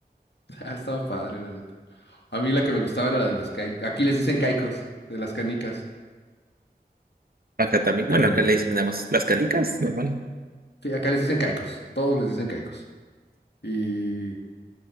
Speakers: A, on the left; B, on the right.
A: Ah, estaba padre, la neta. A mí la que me gustaba era la de las caicos. Aquí les dicen caicos, de las canicas.
B: Acá también, bueno,
A: Eh,
B: acá le dicen nada más las canicas, normal.
A: sí, acá les dicen caicos. Todos les dicen caicos. Y,